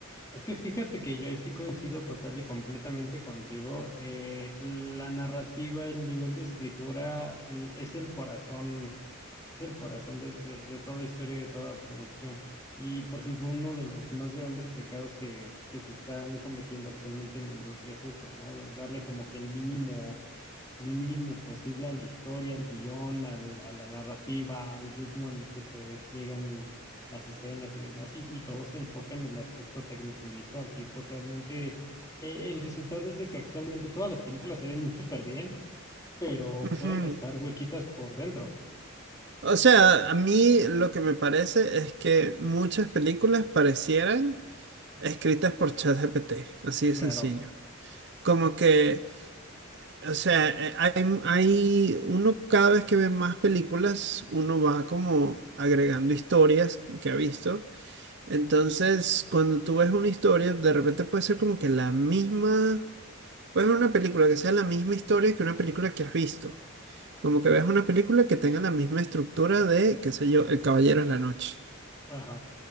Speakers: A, on the left; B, on the right.
A: Es que fíjate que yo ahí sí coincido total y completamente contigo. Eh, la narrativa, el nivel de escritura l- es el corazón es el corazón de, de- de toda historia y de toda producción. Y, por ejemplo, uno de los más grandes pecados que, que se están cometiendo actualmente en la industria es eso, ¿no? Darle como que el mínimo, el mínimo posible a la historia, al guión, al- a la narrativa, al ritmo en el que se despliegan las escenas y demás, y, y todo se enfoca en el aspecto técnico y visual. Y pues realmente eh, el resultado es de que actualmente todas las películas se ven súper bien, pero
B: Ujú.
A: pueden estar huequitas por dentro.
B: O sea, a mí lo que me parece es que muchas películas parecieran escritas por ChatGPT, así de
A: Claro.
B: sencillo. Como que O sea, eh, hay, hay uno cada vez que ve más películas, uno va como agregando historias que ha visto. Entonces, cuando tú ves una historia, de repente puede ser como que la misma, puedes ver una película que sea la misma historia que una película que has visto. Como que ves una película que tenga la misma estructura de, qué sé yo, El Caballero de la Noche
A: Ajá.